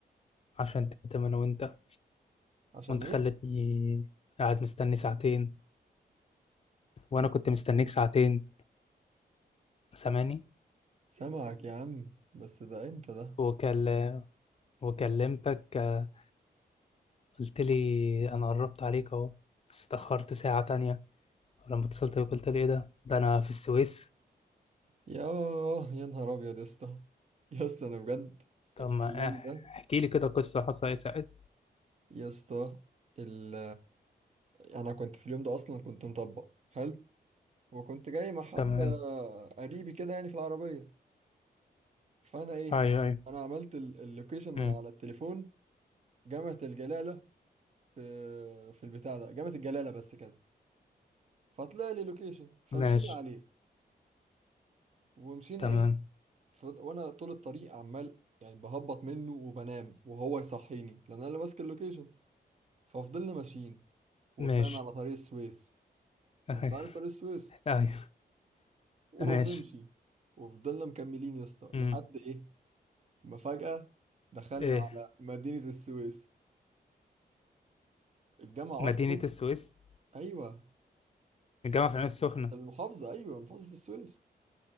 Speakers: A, on the left; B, on the right.
A: عشان تتم أنا وأنت
B: عشان
A: وأنت
B: ايه
A: خلتني قاعد مستني ساعتين وأنا كنت مستنيك ساعتين سامعني
B: سامعك يا عم بس ده امتى ده
A: وكل... وكلمتك آه، قلت لي أنا قربت عليك أهو بس اتأخرت ساعة تانية لما اتصلت بيك قلت لي ايه ده ده انا في السويس
B: ياه يا نهار ابيض يا اسطى يا اسطى انا بجد
A: طب
B: في
A: ما
B: اليوم
A: إح-
B: ده
A: احكي لي كده قصة حصل ايه ساعتها
B: يا اسطى ال انا كنت في اليوم ده اصلا كنت مطبق حلو وكنت جاي مع حد
A: تمام
B: آه، قريبي كده يعني في العربيه فانا ايه
A: ايوه ايوه
B: انا عملت ال- اللوكيشن
A: امم
B: على التليفون جامعه الجلاله في في البتاع ده جامعه الجلاله بس كده فطلع لي لوكيشن فمشينا
A: ماشي
B: عليه ومشينا
A: تمام
B: ايه ف- وانا طول الطريق عمال يعني بهبط منه وبنام وهو يصحيني لان انا اللي ماسك اللوكيشن ففضلنا ماشيين وطلعنا
A: ماشي
B: على طريق السويس يعني
A: ايوه
B: انت عارف طريق السويس
A: ايوه
B: ونمشي
A: ماشي
B: وفضلنا مكملين يا اسطى
A: امم
B: لحد ايه ما فجأة دخلنا
A: ايه
B: على مدينة السويس الجامعة
A: مدينة
B: أصلا
A: السويس
B: أيوة
A: الجامعة في العين السخنة
B: المحافظة أيوة محافظة السويس